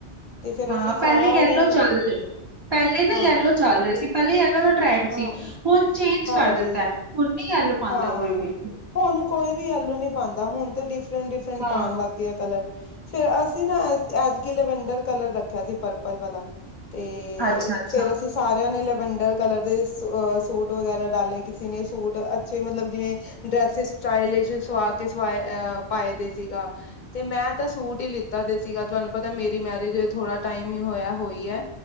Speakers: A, on the left; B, on the right.
A: ਤੇ ਫੇਰ
B: ਹਾਂ
A: ਅਸੀਂ
B: ਪਹਿਲੇ
A: ਸਾਰਿਆਂ
B: ਕਹਿ ਲਓ
A: ਨੇ
B: ਚੱਲਦੇ। ਪਹਿਲੇ ਨਾ
A: ਹਾਂ
B: ਯੈਲੋ ਚੱਲ ਰਹੇ ਸੀ। ਪਹਿਲੇ ਯੈਲੋ ਦਾ ਟਰੈਂਡ ਸੀ,
A: ਹਾਂ
B: ਹੁਣ ਚੇਂਜ
A: ਹਾਂਜੀ
B: ਕਰ ਦਿੱਤਾ, ਹੁਣ ਨਹੀਂ ਯੈਲੋ ਪਾਉਂਦਾ
A: ਹਾਂ
B: ਕੋਈ ਵੀ।
A: ਹੁਣ ਕੋਈ ਵੀ ਯੈਲੋ ਨੀ ਪਾਉਂਦਾ, ਹੁਣ ਤੇ ਡਿਫਰੈਂਟ- ਡਿਫਰੈਂਟ ਪਾਉਣ
B: ਹਾਂ
A: ਲੱਗ ਗਏ ਆ ਕਲਰ। ਫਿਰ ਅਸੀਂ ਨਾ ਐਤ ਐਤਕੀ ਲੈਵਂਡਰ ਕਲਰ ਰੱਖਿਆ ਸੀ ਪਰਪਲ ਵਾਲਾ। ਤੇ,
B: ਅੱਛਾ ਅੱਛਾ
A: ਫਿਰ ਅਸੀਂ ਸਾਰਿਆਂ ਨੇ ਲਵੰਡਰ। ਕਲਰ ਦੇ ਅ ਸੂਟ ਵਗੈਰਾ ਡਾਲੇ। ਕਿਸੇ ਨੇ ਸੂਟ ਅੱਛੇ ਮਤਲਬ ਜਿਵੇਂ ਡਰੈਸਿਸ ਸਟਾਈਲਿਸ਼ਸ ਸਵਾ ਕੇ ਸਵਾਏ ਅ ਪਾਏ ਦੇ ਸੀਗਾ। ਤੇ ਮੈਂ ਤੇ ਸੂਟ ਈ ਲਿੱਤਾ ਦਿਤ ਤਿਆ ਤੁਹਾਨੂੰ ਪਤਾ, ਮੇਰੀ ਮੈਰਿਜ਼ ਥੋੜਾ ਟਾਈਮ ਈ ਹੋਇਆ ਹੋਈ ਏ।